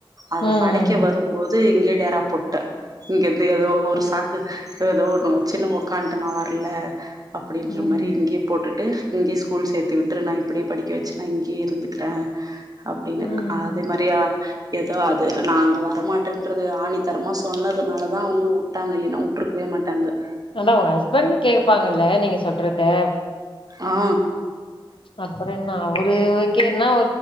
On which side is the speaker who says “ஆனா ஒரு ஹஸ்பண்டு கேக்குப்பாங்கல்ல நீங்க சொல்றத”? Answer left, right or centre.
Left